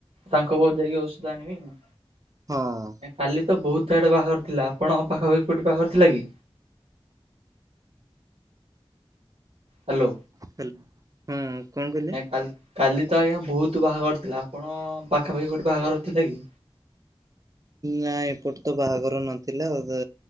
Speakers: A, on the right; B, on the right.
A: ତାଙ୍କ ପାଖକୁ ଯାଇକି ଔଷଧ ଆଣିବି ଆଉ।
B: ହଁ।
A: କାଲି ତ ବହୁତ ଆଡେ ବାହାଘର ଥିଲା, ଆପଣଙ୍କ ପାଖାପାଖି କୋଉଠି ବାହାଘର ଥିଲା କି? ହ୍ୟାଲୋ।
B: ହ୍ୟାଲୋ। ହଁ କଣ କହିଲେ?
A: ନାଇଁ କାଲି କାଲି ତ ଆଜ୍ଞା ବହୁତ ବାହାଘର ଥିଲା। ଆପଣ ପାଖାପାଖି କୋଉଠି ବାହାଘର ଥିଲା କି?
B: ନାଇ ଏପଟେ ତ ବାହାଘର ନଥିଲା, ତ